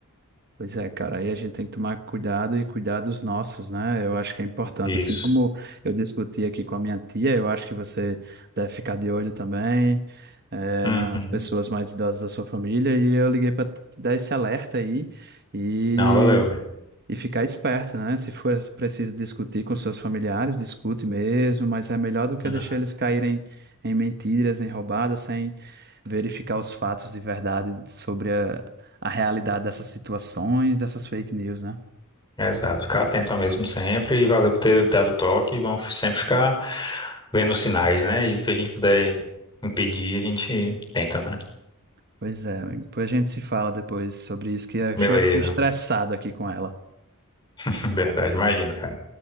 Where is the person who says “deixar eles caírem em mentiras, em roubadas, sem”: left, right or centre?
Right